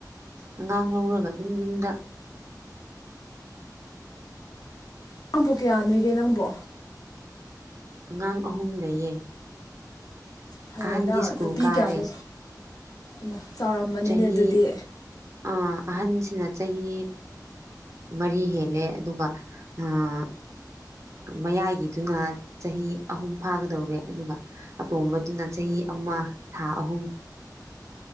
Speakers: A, on the right (about 45°); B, on the left (about 60°).
A: ꯑꯉꯥꯡ ꯂꯧꯔꯒ ꯑꯗꯨꯝ ꯌꯨꯝꯗ
B: ꯅꯪꯕꯨ ꯀꯌꯥꯅꯦꯒꯦ ꯅꯪꯕꯨ
A: ꯑꯉꯥꯡ ꯑꯍꯨꯝ ꯂꯩꯌꯦ
B: ꯐꯔꯦꯗ
A: ꯑꯍꯟꯗꯤ ꯁ꯭ꯀꯨꯜ
B: ꯅꯨꯄꯤ
A: ꯀꯥꯔꯦ
B: ꯀꯌꯥꯅꯣ ꯏꯃꯥ ꯆꯥꯎꯔꯝꯃꯥꯅꯤꯅꯦ
A: ꯆꯍꯤ
B: ꯑꯗꯨꯗꯤ
A: ꯑꯥ ꯑꯍꯟꯁꯤꯅ ꯆꯍꯤ ꯃꯔꯤ ꯍꯦꯜꯂꯦ ꯑꯗꯨꯒ ꯑꯥ ꯃꯌꯥꯏꯒꯤꯗꯨꯅ ꯆꯍꯤ ꯑꯍꯨꯝ ꯐꯥꯒꯗꯧꯔꯦ ꯑꯗꯨꯒ ꯑꯇꯣꯝꯕꯗꯨꯅ ꯆꯍꯤ ꯑꯃ ꯊꯥ ꯑꯍꯨꯝ